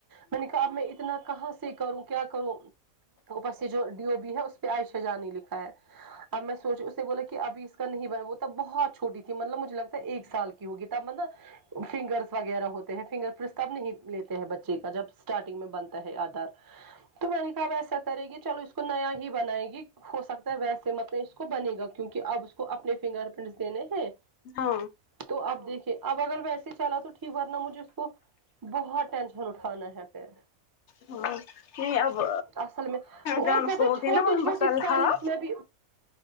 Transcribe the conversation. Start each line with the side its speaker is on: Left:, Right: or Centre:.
Right: میں نے کہا اب میں اتنا کہاں سے کروں کیا کروں اپر سے جو ڈی او بی ہے اس پے عائشہ جان ہی لکھا ہے اب میں سوچی اس سے بولا کی اب اس کا نہیں بنا وہ تب بہت چھوٹی تھی مطلب مجھے لگتا ہے ایک سال کی ہوگی تب مطلب فنگرس وغیرہ ہوتے ہیں فنگر پرنس نہیں لیتے ہیں بچے کا جب اسٹارٹنگ میں بنتا ہے آدھار تو میں نے کہا اب ایسا کرے گی چلو اس کو نیا ہی بنائے گی ہو سکتا ہے ویسے مطلب اس کو بنے گا کیونکی اب اس کو اپنے فنگر پرنٹس دینے ہیں
Left: ہاں
Right: تو اب دیکھے اب اگر ویسے چلا تو ٹھیک ورنا مجھے اس کو بہت ٹینشن اٹھانا ہے پھر
Left: نہیں اب
Right: اصل میں اور
Left: جان اس
Right: پتا
Left: کو بولتے
Right: چھوٹی
Left: ہیں نا محمد
Right: چھوٹی
Left: طلحہ
Right: اسپیلنگس میں بھی